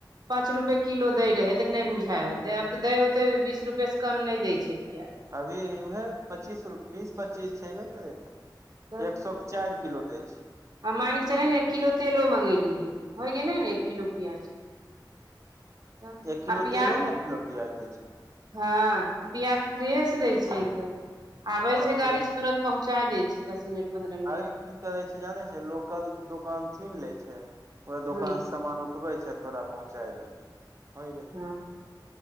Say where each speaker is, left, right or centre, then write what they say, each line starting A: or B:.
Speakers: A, on the right; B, on the right.
A: पाँच रुपैए किलो दै रहै तऽ नै बुझाय होतै आब तऽ दै होतै बीस रुपए से कम नै दै छै प्याज
B: अभी उहे पच्चीस रु बीस पच्चीस छै बै करै तऽ
A: तब
B: एक सौ केँ चाइर किलो दै छै।
A: आ माइन कऽ चलही न एक किलो तेलो मंगैलियै होइ गेलै ने एक किलो प्याज।
B: <inaudible>
A: आ
B: एक किलो
A: प्याज
B: तेलो में एक किलो प्याज दै छै
A: हँ प्याज फ्रेश दै छै एकदम आबे
B: हँ
A: छै गाड़ी
B: फेर
A: से तुरत पहुँचा दै छै दस मिनट पन्द्रह मिनटमे
B: अरे की करे छै जानै छै लोकल दोकान चुन ले छै ओए दोकानसँ
A: हँ
B: सामान उठबै छै तोरा पहुँचा देतौ होय गैलो।
A: हँ
B: <inaudible>